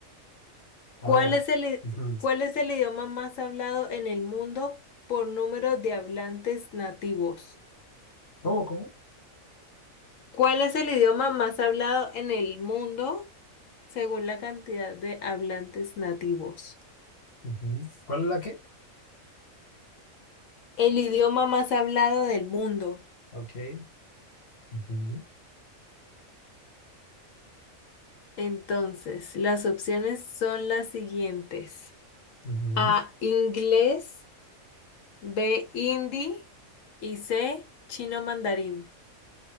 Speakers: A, on the left; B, on the left.
A: A
B: ¿Cuál
A: ver.
B: es el, i-
A: Ujú.
B: cuál es el idioma más hablado en el mundo por número de hablantes nativos?
A: ¿Cómo, cómo?
B: ¿Cuál es el idioma más hablado en el mundo según la cantidad de hablantes nativos?
A: Ujú. ¿Cuál es la qué?
B: El idioma más hablado del mundo.
A: Ok. Ujú,
B: Entonces, las opciones son las siguientes.
A: ujú.
B: A, inglés, B, hindi y C, chino mandarín.